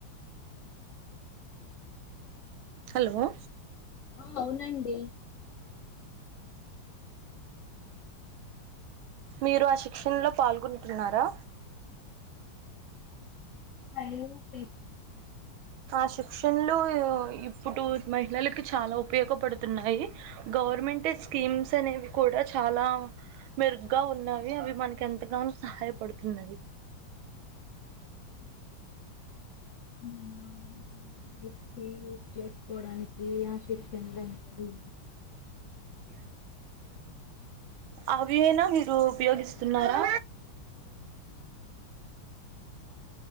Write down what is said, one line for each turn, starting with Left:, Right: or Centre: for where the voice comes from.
Right: హలో
Left: అవునండి
Right: మీరు ఆ శిక్షణలో పాల్గొంటున్నారా
Left: అ అ
Right: ఆ శిక్షణలు ఇప్పుడు మహిళలకి చాలా ఉపయోగపడుతున్నాయి గవర్నమెంట్ స్కీమ్స్ అనేవి కూడా చాలా మెరుగ్గా ఉన్నావి అవి మనకి ఎంతగానో సహాయపడుతున్నాయి
Left: <inaudible> యూస్ చేసుకోడానికి ఆశించందింత వి
Right: అవి అయినా విరుూ ఉపయోగిస్తున్నారా